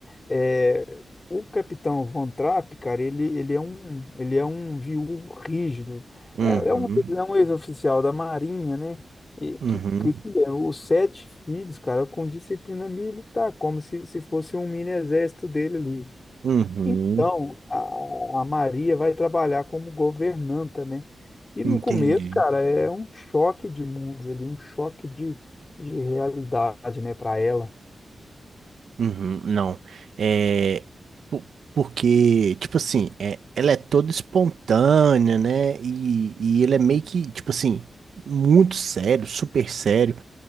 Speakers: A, on the left; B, on the right.
A: É, o Capitão Von Trapp, cara, ele, ele é um, ele é um viúvo rígido.
B: Uhum,
A: É, é um, é um ex-oficial da Marinha, né? E
B: uhum,
A: que cria os sete filhos, cara, com disciplina militar, como se, se fosse um mini exército dele ali.
B: uhum,
A: Então, a, a Maria vai trabalhar como governanta, né? E no
B: entendi.
A: começo, cara, é um choque de mundos ali, um choque de, de realidade, né, para ela.
B: Uhum, não, é, po- porque, tipo assim, é, ela é toda espontânea, né, e, e ele é meio que, tipo assim, muito sério, super sério.